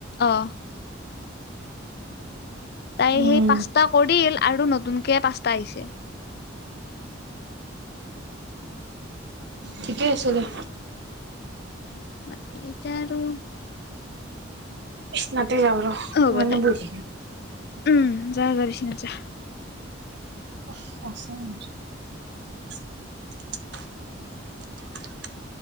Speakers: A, on the left; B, on the right.
A: অ তাই
B: উম
A: সেই পাঁচটা কৰিল, আৰু নতুনকে পাঁচটা, পাইছে।
B: ঠিকেই আছে দিয়া।
A: বাকী এতিয়া আৰু,
B: কৃষ্ণ, এ, আৰু
A: হ'ব
B: কিমান
A: দে
B: নো বহি থাকিম।
A: উম, যাগৈ বিচনাত জা।
B: <unintelligible>